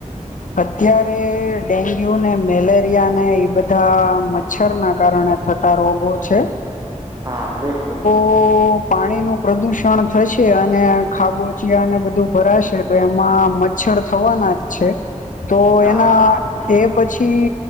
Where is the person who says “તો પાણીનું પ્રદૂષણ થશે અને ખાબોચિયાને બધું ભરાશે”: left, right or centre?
Left